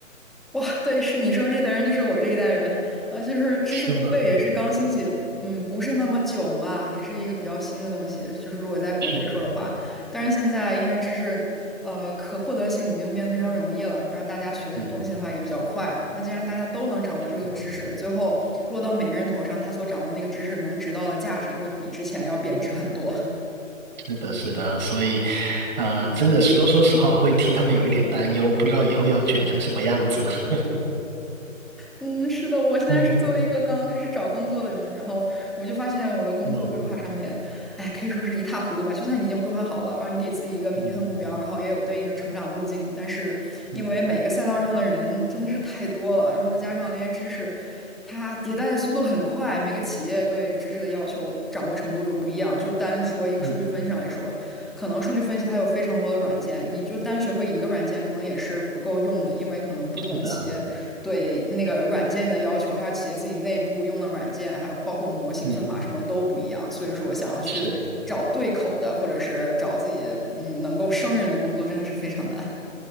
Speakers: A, in the centre; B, on the right.
A: 哇，对，是你说这代人就是我这一代人，呃，就是知识付费也是刚兴起，
B: 是吗？
A: 嗯，不是那么久嘛，也是一个比较新的东西。就是如果在国内说的话，
B: 是，
A: 但是现在因为知识，呃，可获得性已经变得非常容易了，然后大家学东西的话也比较快。
B: 嗯，
A: 那既然大家都能掌握这个知识，
B: 是
A: 最后落到每个人头上，他所掌握那个知识能值到的价值就会比之前要贬值很多。
B: 是的，是的，所以，呃，真的说说实话，会替他们有一点担忧，不知道以后要卷成什么样子。<laughs>
A: 嗯，是的，我现在是作为一个刚刚开始找工作的人，
B: 嗯
A: 然后我就发现我的工作规划上面，
B: 嗯
A: 哎，可以说是一塌糊涂吧。就算你已经规划好了，然后你给自己一个明确的目标，
B: 嗯
A: 然后也有对应的成长路径，但是因为每一个赛道上的人真的是太多了，
B: 嗯
A: 然后再加上那些知识，它迭代的速度很快，每个企业对知识的要求掌握程度又不一样。就是单说一个数据分析来说，
B: 嗯，
A: 可能数据分析它有非常多的软件，你就单学会一个软件可能也是不够用的，因为可能不同企业。
B: 是的，
A: 对那个软件的要求，还有企业自己内部用的软件，还有包括模型、
B: 嗯
A: 算法什么都不一样。所以说，我想要去找对口的，
B: 是。
A: 或者是找自己嗯能够胜任的工作，真的是非常难。